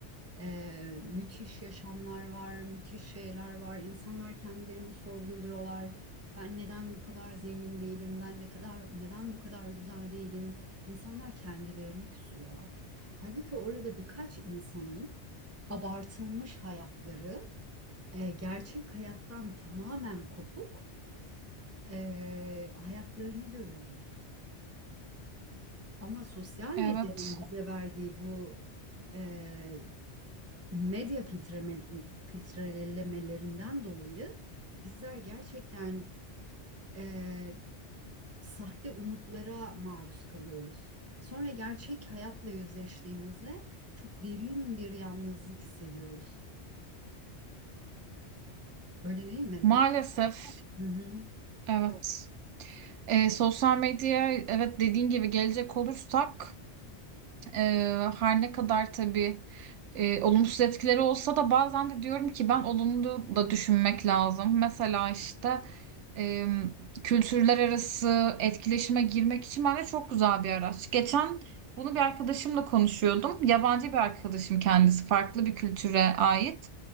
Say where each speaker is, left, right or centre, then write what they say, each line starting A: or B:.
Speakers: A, on the right (about 15°); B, on the right (about 85°).
A: E, müthiş yaşamlar var, müthiş şeyler var. İnsanlar kendilerini sorguluyorlar. Ben neden bu kadar zengin değilim? Ben ne kadar neden bu kadar güzel değilim? İnsanlar kendilerini küsüyorlar. Halbuki orada birkaç insanın abartılmış hayatları e, gerçek hayattan tamamen kopuk e, hayatlarını görüyoruz. Ama sosyal medyanın
B: Evet.
A: bize verdiği bu e, medya filtreme, filtrelemelerinden dolayı bizler gerçekten e, sahte umutlara maruz kalıyoruz. Sonra gerçek hayatla yüzleştiğimizde çok derin bir yalnızlık hissediyoruz. Öyle değil mi?
B: Maalesef.
A: Bunu hı hı,
B: Evet. Ee, sosyal medyaya evet dediğin gibi gelecek olursak Ee, her ne kadar tabii e, olumsuz etkileri olsa da bazen de diyorum ki ben olumlu da düşünmek lazım. Mesela işte e, kültürler arası etkileşime girmek için bence çok güzel bir araç. Geçen bunu bir arkadaşımla konuşuyordum. Yabancı bir arkadaşım kendisi, farklı bir kültüre ait.